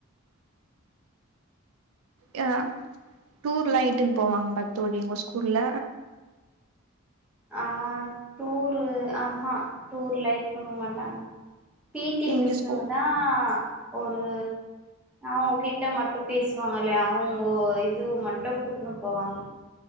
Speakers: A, on the right (about 80°); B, in the centre.
A: யா டூர்லா இட்டுன் போவாங்களா தோழி உங்க ஸ்கூல்ல
B: ஆ டூரு ஆஹா டூர்லா இட் போக மாட்டாங் பி டி
A: எங்க
B: மிஸ்ஸுங்க
A: ஸ்கூ
B: தா ஒரு அவுங்கோ கிட்ட மட்டு பேசுவாங்கலே அவுங்கோ இது மட்டு கூட்னு போவாங்க